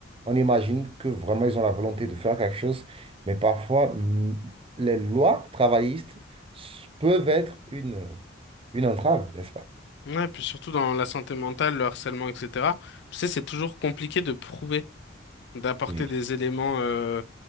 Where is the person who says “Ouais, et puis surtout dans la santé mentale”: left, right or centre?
Left